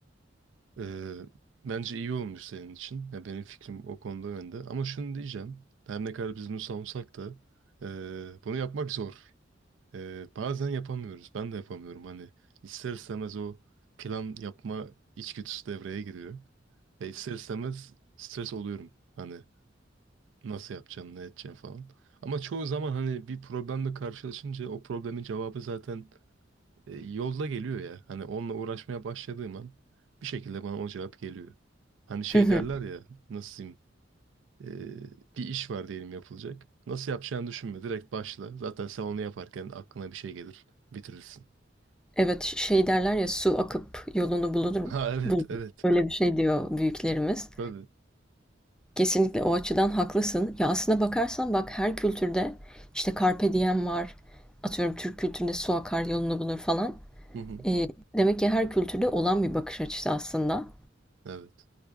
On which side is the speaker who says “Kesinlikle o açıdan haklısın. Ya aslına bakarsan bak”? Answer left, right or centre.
Centre